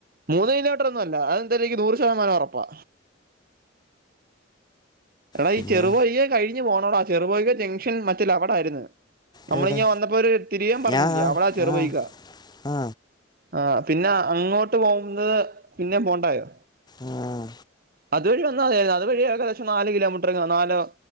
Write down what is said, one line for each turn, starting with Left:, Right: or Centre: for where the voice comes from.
Right: മൂന്ന് കിലോമീറ്റർ ഒന്നുമല്ല അത് എന്തായാലും നിക്ക് നൂറ് ശതമാനം ഉറപ്പാ എടാ
Left: പിന്നെ
Right: ഈ ചെറുവയികെ കഴിഞ്ഞു പോണോടാ ചെറുപൊക ജംഗ്ഷൻ മറ്റല്ല അവിടെ ആരിന്ന് നമ്മളിങ്ങെ
Left: എവിടെ
Right: വന്നപ്പോര് തിരിയാൻ പറഞ്ഞില്ലേ
Left: ഞാൻ
Right: അവടാ ചെറുപോയികാ
Left: ആ ആ ആ
Right: ആഹ് പിന്നെ അങ്ങോട്ട് പോകുന്നത് പിന്നേ പോണ്ടായോ
Left: ആഹ്
Right: അതുവഴി വന്ന അതായിരുന്നു അതുവഴി ഏകദേശം നാല് കിലോമീറ്റർ നാലോ